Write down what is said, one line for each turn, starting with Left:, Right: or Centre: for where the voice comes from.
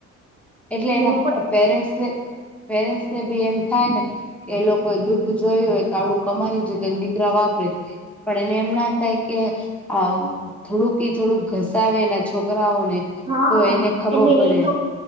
Centre: એટલે
Right: ને
Centre: એના
Right: ઉપર
Centre: પેરેન્ટસ પેરેન્ટસ ને ભી એમ થાય ને કે એ લોકો દુઃખ જોય હોય તો આવડું કમાય છે તો એ દીકરા વાપરે પણ એને એમ ના થાય કે આ થોડુંક એ થોડુંક ઘસાવે એના છોકરાઓને
Right: હા
Centre: તો એને ખબર પડે.
Right: એ તો